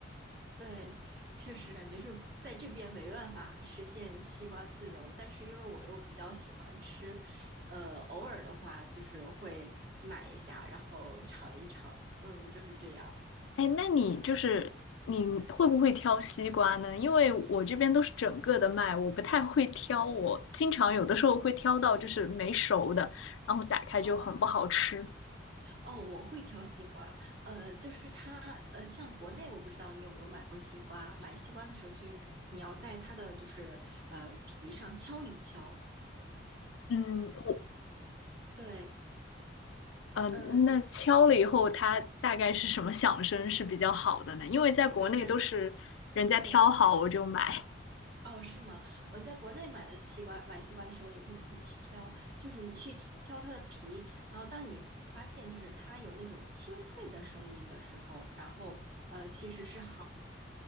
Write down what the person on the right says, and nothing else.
对，确实感觉是在这边没办法实现西瓜自由，但是因为我又比较喜欢吃，呃，偶尔的话就是会买一下，然后尝一尝，嗯，就是这样。
哦，哦，我会挑西瓜，呃，就是它，呃，像国内我不知道你有没有买过西瓜，买西瓜的时候就是你要在它的就是呃皮上敲一敲，
对，
呃，
就是对，哦，是吗？我在国内买的西瓜，买西瓜的时候也会自己去挑，就是你去剔敲它的皮，然后当你发现就是它有那种清脆的声音的时候，然后呃，其实是好。